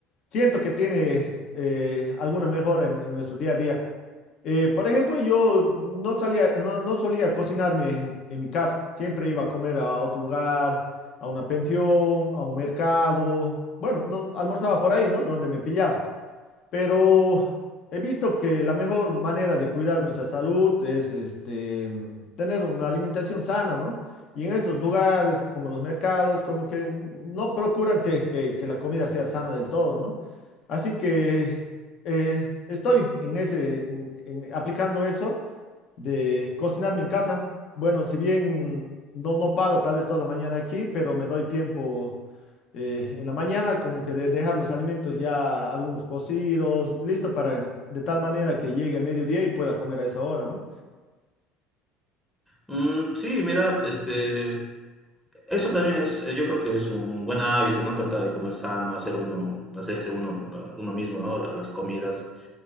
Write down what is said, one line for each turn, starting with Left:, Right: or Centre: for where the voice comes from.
Left: siento que tiene eh, alguna mejora en, en nuestro día a día. Eh, por ejemplo, yo no salía, no, no solía cocinarme en mi casa. Siempre iba a comer a otro lugar, a una pensión, a un mercado. Bueno, no almorzaba por ahí, ¿no? Donde me pillaba. Pero he visto que la mejor manera de cuidar nuestra salud es este, mm, tener una alimentación sana, ¿no? Y en estos lugares, como los mercados, como que no procuran que, que que la comida sea sana del todo, ¿no? Así que eh, estoy en ese, en- en- aplicando eso de cocinarme en casa. Bueno, si bien no, no paro tal vez toda la mañana aquí, pero me doy tiempo eh, en la mañana como que de dejar los alimentos ya algunos cocidos, listo para de tal manera que llegue el mediodía y pueda comer a esa hora, ¿no?
Centre: Mm, sí, mira, este, eso también es, eh, yo creo que es un buen hábito, ¿no? Tratar de comer sano, hacer uno, hacerse uno, la- uno mismo, ¿no? la- Las comidas.